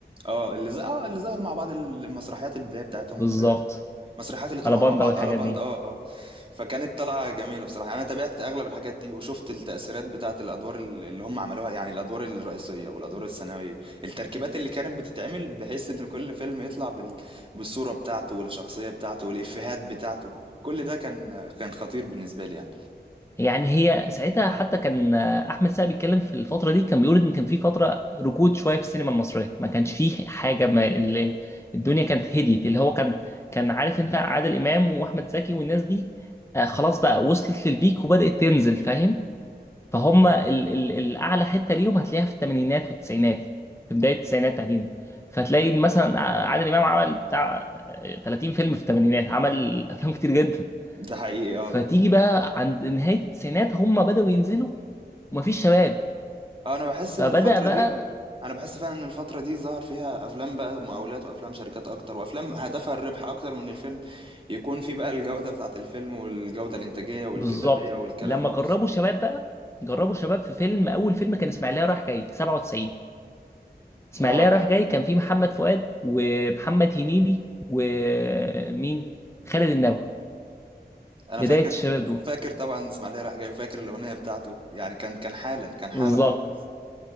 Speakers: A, on the right (about 30°); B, on the left (about 15°).
A: اه اللي ز... اه اللي ظهروا مع بعض المسرحيات البدايه بتاعتهم
B: بالظبط
A: في المسرحيات اللي طلعوها
B: على باندا
A: مع بعض
B: والحاجات
A: على بند
B: دي
A: اه اه فكانت طلعه جميله بصراحه يعني انا تابعت اغلب الحاجات دي وشفت التاثيرات بتاعه الادوار ال- اللي هم عملوها يعني الادوار الرئيسيه والادوار الثانويه التركيبات اللي كانت بتتعمل بحيث ان كل فيلم يطلع بال... بالصوره بتاعته والشخصيه بتاعته والافيهات بتاعته كل ده كان كان خطير بالنسبه لي يعني
B: يعني هي ساعتها حتى كان آه، احمد سعد بيتكلم في الفتره دي كان بيقول ان كان في فتره ركود شويه في السينما المصريه ما كانش فيه حاجه ما ال- ال- الدنيا كانت هديت اللي هو كان كان عارف انت عادل امام واحمد زكي والناس دي آه، خلاص بقى وصلت للبيك وبدات تنزل فاهم فهم ال ال الاعلى حته ليهم هتلاقيها في الثمانينات والتسعينات في بدايه التسعينات تحديدا فتلاقي مثلا عادل امام عمل بتاع 30 فيلم في الثمانينات عمل افلام كتير جدا
A: ده حقيقي اه
B: فتيجي بقى عند نهايه التسعينات هم بداوا ينزلوا ومفيش شباب
A: اه انا بحس
B: فبدأ
A: ان الفترة
B: بقى
A: دي انا بحس فعلا ان الفترة دي ظهر فيها افلام بقى مقاولات وافلام شركات اكتر وافلام هدفها الربح اكتر من الفيلم يكون في بقى الجودة بتاعت الفيلم والجودة الانتاجية والكتابية
B: بالظبط
A: والكلام
B: لما
A: ده
B: جربوا شباب بقى جربوا شباب في فيلم اول فيلم كان اسماعيليه رايح جاي 97 اسماعيليه
A: اه
B: رايح جاي كان فيه محمد فؤاد ومحمد هنيدي ومين خالد النبوي
A: انا
B: بدايه
A: فاكر
B: الشباب دول
A: فاكر طبعا اسماعيليه رايح جاي فاكر الاغنية بتاعته يعني كان كان حالة كان
B: بالظبط
A: حالة برضه